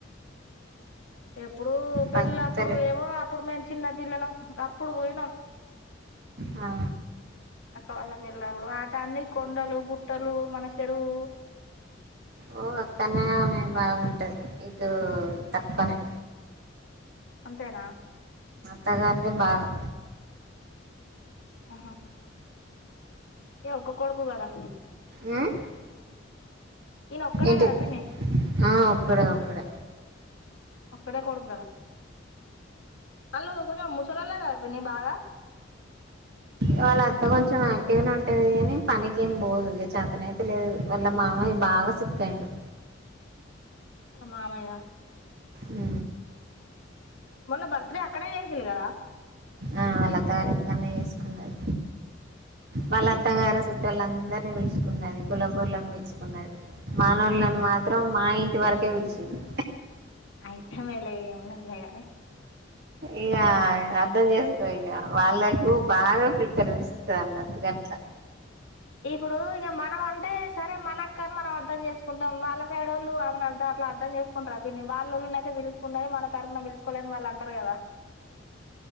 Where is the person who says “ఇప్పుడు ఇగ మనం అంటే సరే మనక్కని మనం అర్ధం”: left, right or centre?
Left